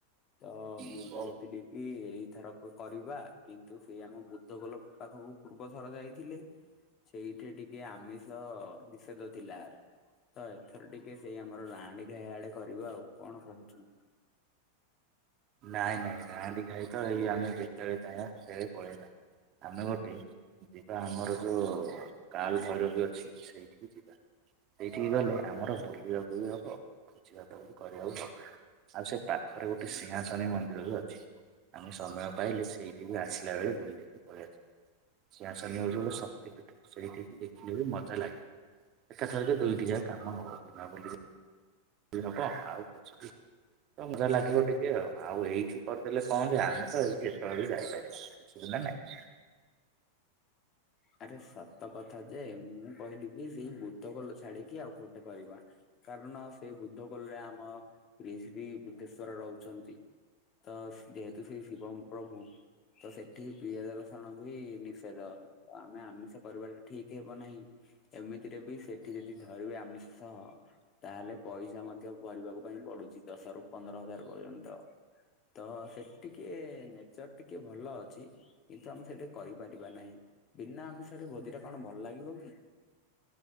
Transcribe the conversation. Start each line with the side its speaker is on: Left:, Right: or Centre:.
Left: ତ ମୁଁ
Right: କହୁଛୁ
Left: କହୁଥିଲି କି ଏଇ ଥର ବି କରିବା କିନ୍ତୁ ସେ ଆମ ବୁଦ୍ଧ ଗୋଲକ ପାଖକୁ ପୂର୍ବ ଥର ଯାଇଥିଲେ ସେଇଠି ଟିକେ ଆମିଷ ନିଷେଧ ଥିଲା। ତ ଏଥର ଟିକେ ସେଇ ଆମର ରାଣୀ ଘାଇ ଆଡେ କରିବୁ ଆଉ କଣ କହୁଛୁ?
Right: ନାଇଁ ନାଇଁ ନାଁ ଦେ ଖାଇ ତ ଏଇ ଆମେ ଯେତେବେଳେ ଚାହିବା ସେତେବେଳେ ପଳେଇବା ଆମେ ଗୋଟେ ଯିବା ଆମର ଯୋଉ କାଲ ଭୈରବୀ ଅଛି ସେଇ ସେଇଠିକି ଗଲେ ଆମର ବୁଲିବାକୁ ବୁଲିହବ ଭୋଜି ଭାତ କରିବାକୁ ହବ ଆଉ ସେ ପାଖରେ ଗୋଟେ ନିହାସନୀ ମନ୍ଦିର ବି ଅଛି ଆମେ ସମୟ ପାଇଲେ ସେଇଠି ବି ଆସିଲା ବେଳେ ବୁଲିକି ପଳେଇଆସିବା। ସିଆସନି ଗୋଟେ ଶକ୍ତିପୀଠ ସେଇଠି ଦେଖିଲେ ବି ମଜା ଲାଗେ ଏକାଥରକେ ଦୁଇଟି ଯା କାମ ହବ ତାବୋଲିକି ହବ ଆଉଛି ତ ମଜା ଲାଗିବ ଟିକେ ଆଉ ଏଇଠି କରିଦେଲେ କହ ଯେ ଆମେ ତ ହେଇଛି ଏତେବେ ବି ଯାଇପାରିବା ସେକଥା ନାଇଁ
Left: ଆରେ ସତ କଥା ଯେ ମୁଁ କହିଲି କି ସେଇ ବୁଦ୍ଧ ଗୋଲ ଛାଡିକି ଆଉ କୋଉଠି କରିବା। କାରଣ ସେ ବୁଦ୍ଧ କୋଲରେ ଆମ ଶ୍ରୀ ଶ୍ରୀ ବୁଦ୍ଧେଶ୍ଵର ରହୁଛନ୍ତି। ତ ଯେହେତୁ ସେ ଶିବମ ପ୍ରଭୁ। ତ ସେଠି ପିଆଜ ରସଣ ବି ନିଷେଧ। ତ ଆମେ ଆମିଷ କରିବାଟା ଠିକ ହବ ନାହିଁ। ଏମିତିରେ ବି ସେଠି ଯଦି ଧରିବେ ଆମିଷ ସହ ତାହେଲେ ପଇସା ମଧ୍ୟ ଭରିବାକୁ ପାଇଁ ପଡୁଛି ଦଶ ରୁ ପନ୍ଦର ହଜାର ପର୍ଯ୍ୟନ୍ତ। ତ ସେଠି ଟିକେ ନେଚର ଟିକେ ଭଲ ଅଛି। କିନ୍ତୁ ଆମେ ସେଟି କରିପାରିବା ନାହିଁ ବିନା ଆମିଷରେ ଭୋଜି ଟା କଣ ଭଲ ଲାଗିବ କି।